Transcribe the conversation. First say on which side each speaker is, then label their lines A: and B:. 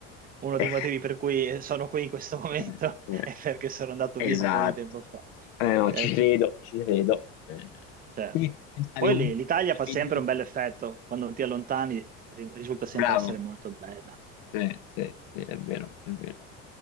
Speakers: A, on the right; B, on the left.
A: Uno
B: è-
A: dei motivi per cui sono qui in questo momento
B: eh, eh,
A: <laughs> è perché sono andato
B: Esatto,
A: via un po' di tempo fa.
B: Eh, no,
A: Eh,
B: ci credo, ci credo. Eh,
A: Certo.
B: quindi pensavi
A: Poi
B: comunque
A: lì- l'Italia
B: a
A: fa
B: venire.
A: sempre un bel effetto, quando ti allontani ri- risulta sempre
B: Bravo.
A: essere molto bella.
B: Sì, sì, sì, è vero, è vero.